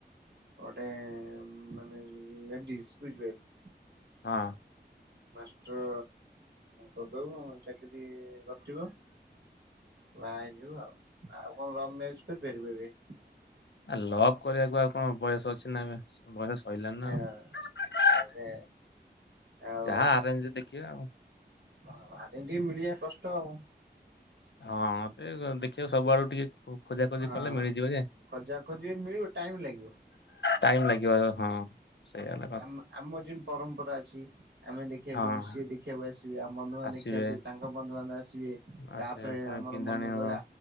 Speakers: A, on the right; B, on the left.
A: ଗୋଟେ ମାନେ ଲେଡିଜ ବୁଝିପାରିଲୁ।
B: ହଁ।
A: ମାଷ୍ଟର କରିଦବୁ। ଚାକିରୀ କରିଥିବ ବାହା ହେଇଯିବୁ ଆଉ, ଆଉ କଣ ଲଭ ମ୍ୟାରେଜ କରିପାରିବୁ ଏବେ?
B: ଆ ଲଭ କରିବାକୁ ଆଉ କଣ ବୟସ ଅଛି ନା ଏବେ ବୟସ ସରିଲଣିି
A: ହଁ
B: ନା ଆଉ।
A: ତାପରେ ଆଉ
B: ଯାହା ଆରେଞ୍ଜରେ ଦେଖିବା ଆଉ।
A: ହଁ ଆରେଞ୍ଜ ଟିକେ ମିଳିବା କଷ୍ଟ ଆଉ।
B: ହଁ ମତେ ଦେଖିବା ସବୁଆଡୁ ଟିକେ ଖୋଜାଖୋଜି
A: ହଁ
B: କଲେ ମିଳିଯିବ ଯେ,
A: ଖୋଜା ଖୋଜି ମିଳିବ ଟାଇମ ଲାଗିବ।
B: ଟାଇମ୍ ଲାଗିବ ହଁ, ସେଇଆ ହେଲା କଥା
A: ଆମ, ଆମ ଯେମିତି ପରମ୍ପରା ଅଛି ଆମେ ଦେଖିବାକୁ
B: ହଁ
A: ଯିବୁ, ସିଏ ଦେଖିବାକୁ ଆସିବେ, ବନ୍ଧୁବାନ୍ଧବ
B: ଆସିବେ
A: ଦେଖିବାକୁ ଯିବେ, ତାଙ୍କ ବନ୍ଧୁବାନ୍ଧବ ଆସିବେ,
B: ଆସେ
A: ତାପରେ
B: ପୁଣି
A: ଆମର
B: ପିନ୍ଧାଣି
A: ମନକୁ
B: ହବ
A: ଗଲା